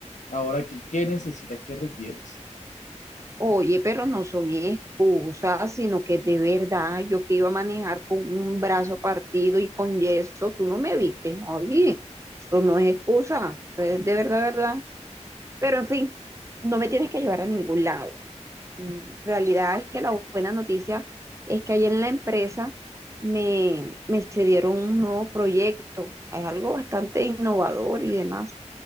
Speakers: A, on the left (about 85°); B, on the right (about 25°).
A: Ahora, ¿qué, qué necesitas? ¿Qué requieres?
B: Oye, pero no son excusas, sino que de verdad yo que iba a manejar con un brazo partido y con yeso, tú no me viste. ¿no? Oye, eso no es excusa, es de verdad, verdad. Pero en fin, no me tienes que llevar a ningún lado. Mm, Realidad es que la buena noticia es que ayer en la empresa me, me cedieron un nuevo proyecto. Es algo bastante innovador y demás.